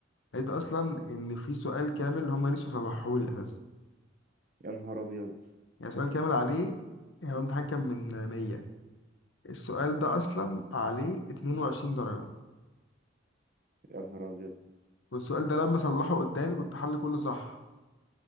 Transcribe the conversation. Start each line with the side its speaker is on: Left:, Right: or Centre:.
Left: لقيت اصلا ان في سؤال كامل هم نسوا صلحوه لي اساسا
Right: يا نهار ابيض
Left: يعني سؤال كامل عليه يعني هو الامتحان كان من 100 السؤال ده اصلا عليه 22 درجة
Right: يا نهار ابيض
Left: والسؤال ده لما صلحه قدامي كنت حل كله صح